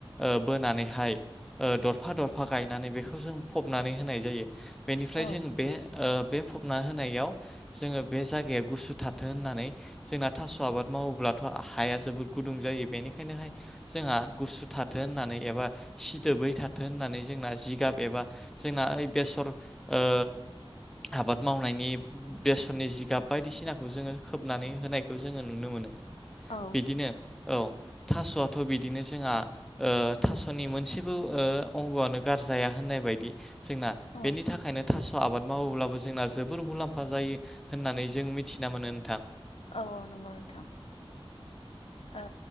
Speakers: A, in the centre; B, on the left.
A: ओ बोनानैहाय ओ दरफा दरफा गायनानै बेखौ जों फबनानै होनाय जायो। बेनिफ्राय
B: औ
A: जोंङो बे ओ बे फबना होनायाव जोंङो बे जायगाया गुसु थाथों होननानै जोंना थास' आबाद मावोब्लाथ' हाया जोबोद गुदुं जायो बेनिखायनोहाय जोंहा गुसु थाथों होननानै एबा सिदोबै थाथों होननानै जोंना जिगाब एबा जोंना ओइ बेसर ओ आबाद मावनायनि बेसरनि जिगाब बायदिसिनाखौ जोंङो खोबनानै होनायखौ जोंङो नुनो मोनो।
B: औ
A: बिदिनो औ थास'आथ' बिदिनो जोंहा ओ थास'नि मोनसेबो ओ अंग आनो गारजाया होननाय बायदि जोंना
B: औ
A: बेनि थाखायनो थास' आबाद मावोब्लाबो जोंना जोबोर मुलाम्फा जायो <unintelligible> होननानै जों मिथिना मोनो नोंथां।
B: औ नंगौ नोंथां ओ